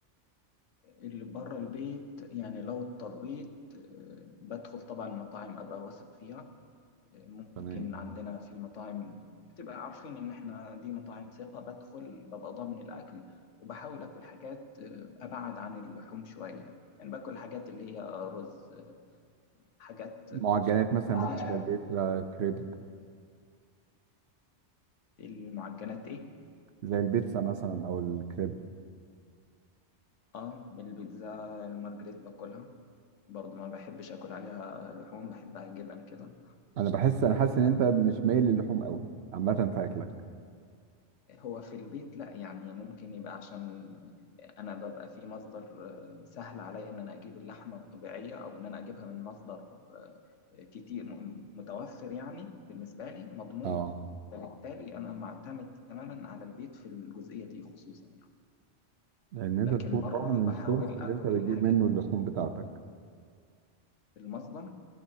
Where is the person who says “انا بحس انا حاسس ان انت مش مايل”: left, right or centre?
Right